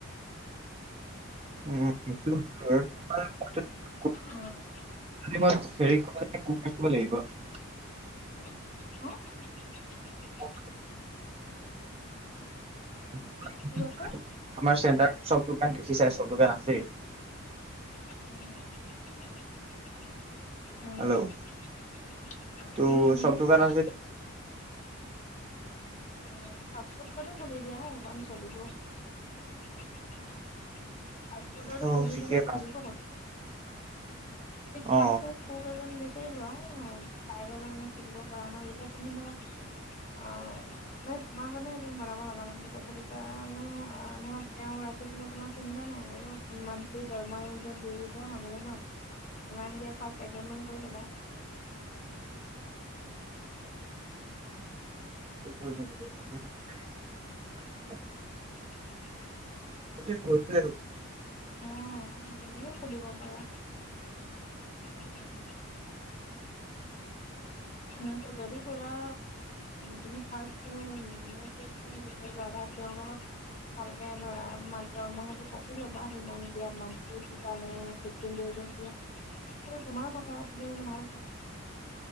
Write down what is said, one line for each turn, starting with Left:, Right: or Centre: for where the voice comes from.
Right: উম সেইটো হয় মই যদি কু
Left: উম,
Right: যদি মই হেৰি কৰা যায় কুকে কিমান লাগিব <unintelligible>
Left: <unintelligible> হ
Right: <inaudible> আমাৰ
Left: কি কৈছ?
Right: চেণ্টাৰত চব দোকান দেখি চাই চব দোকান আছেই।
Left: <unintelligible> উম।
Right: হেল্ল'
Left: <unintelligible>
Right: ত'
Left: উম উম
Right: চব দোকান
Left: শুনিছো। <unintelligible>
Right: আছে যদি
Left: উম। পাছপোৰ্ট খো খুলি দিয়া সখন চলিব। <unintelligible> ফাৰ্ষ্ট ফুডটো
Right: ত শিকে পা
Left: চলিব কৈছো
Right: অ
Left: ফাৰ্ষ্ট ফাৰ্ষ্ট। <unintelligible> লোৱা পাই গলে মানে সুধিব পৰা নহয় যেতিয়া তুমি ধৰা অ মানে তোমাৰ কাৰণে সটো বনাব নাজা ন কথা কেই মানে তেওঁ ৰাখি তোমাৰ চিন্তা নাই আৰু মানলি দমহা এহেজাৰ দিয মানুহজনক মানে দিয় চেভেন মান কৰিলা।
Right: <inaudible>
Left: উ <unintelligible>
Right: এতিয়া কত যাই।
Left: অ তেনেকে খুলিব পাৰা। উম। <unintelligible> যদি খোলা। তুমি ফাৰ্ষ্ট তে <inaudible> বিচাৰি লোৱা, তেওঁৰ লগত ভালকে ধৰা মা দৰমহাটো পাতি ল'বা সিমান দিয়া মানথলী দিবা নে ফিফটিন দেইজত দিয়া, সেইটো তোমাৰ কথা তুমি মানে ভাল